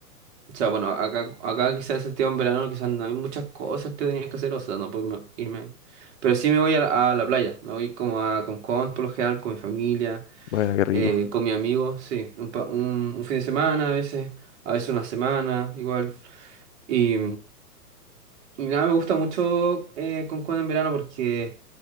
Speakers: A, on the right; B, on the left.
A: O sea, bueno, acá, acá quizás en Santiago en verano quizás no hay muchas cosas que tenías que hacer, o sea, no puedo irme. irme. Pero sí me voy a la, a la playa, me voy como a Concón por lo general, con mi familia,
B: Bueno, qué rico.
A: eh, con mis amigos, sí, un, pa- un- un fin de semana a veces, a veces una semana, igual. Y, y nada, me gusta mucho eh, Concón en verano porque,